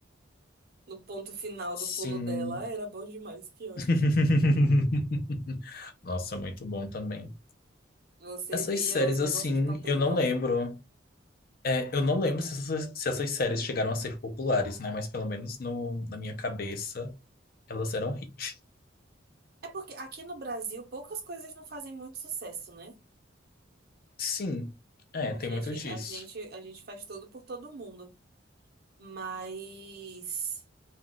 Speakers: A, on the right; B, on the left.
A: No ponto final
B: Sim.
A: do pulo dela. Ai, era bom demais, que ódio.
B: <laughs> Nossa, muito bom também.
A: Você
B: Essas
A: via
B: séries,
A: os negócios
B: assim,
A: de papelão.
B: eu não lembro. É, eu não lembro se essas, se essas séries chegaram a ser populares, né? Mas pelo menos no, na minha cabeça, elas eram hit.
A: É porque aqui no Brasil poucas coisas não fazem muito sucesso, né?
B: Sim, é,
A: A
B: tem
A: gente,
B: muito disso.
A: a gente, a gente faz tudo por todo mundo. Mas